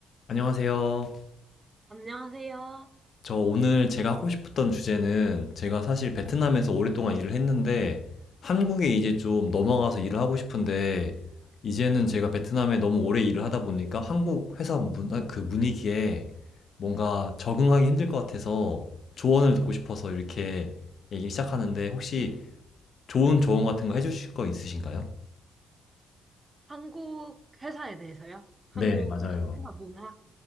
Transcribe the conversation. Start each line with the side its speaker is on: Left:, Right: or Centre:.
Left: 안녕하세요.
Right: 안녕하세요.
Left: 저 오늘 제가 하고 싶었던 주제는 제가 사실 베트남에서 오랫동안 일을 했는데 한국에 이제 좀 넘어가서 일을 하고 싶은데 이제는 제가 베트남에 너무 오래 일을 하다 보니까 한국 회사 문, 아, 그 분위기에 뭔가 적응하기 힘들 것 같아서 조언을 듣고 싶어서 이렇게 얘기를 시작하는데 혹시 좋은 조언 같은 거 해주실 거 있으신가요?
Right: 한국 회사에 대해서요? 한국
Left: 네, 맞아요.
Right: 회사 문화?